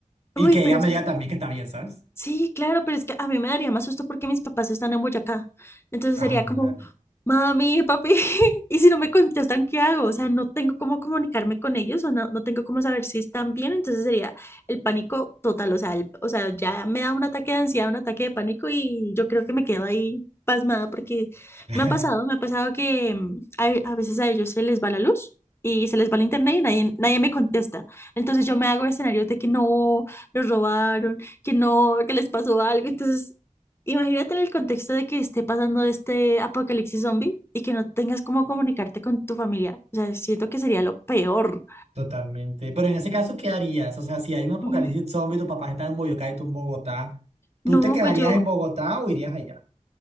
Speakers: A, on the right; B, on the left.
A: Y
B: Uy,
A: que
B: pero
A: ella
B: es
A: me diga también que está bien, ¿sabes?
B: Sí, claro, pero es que a mí me daría más susto porque mis papás están en Boyacá. Entonces sería
A: Ándale.
B: como, mami, papi, <laughs> y si no me contestan, ¿qué hago? O sea, no tengo cómo comunicarme con ellos o no, no tengo cómo saber si están bien. Entonces sería el pánico total. O sea, el- o sea, ya me da un ataque de ansiedad, un ataque de pánico y yo creo que me quedo ahí pasmada porque
A: <laughs>
B: me ha pasado, me ha pasado que mm, a, a veces a ellos se les va la luz. Y se les va el internet y nadie, nadie me contesta. Entonces yo me hago escenarios de que no, los robaron, que no, que les pasó algo. Entonces, imagínate en el contexto de que esté pasando este apocalipsis zombie y que no tengas cómo comunicarte con tu familia. O sea, siento que sería lo peor.
A: Totalmente. Pero en ese caso, ¿qué harías? O sea, si hay un apocalipsis
B: Mm,
A: zombie, tu papá está en Boyacá y tú en Bogotá, ¿tú
B: No,
A: te quedarías
B: pues yo,
A: en Bogotá o irías allá?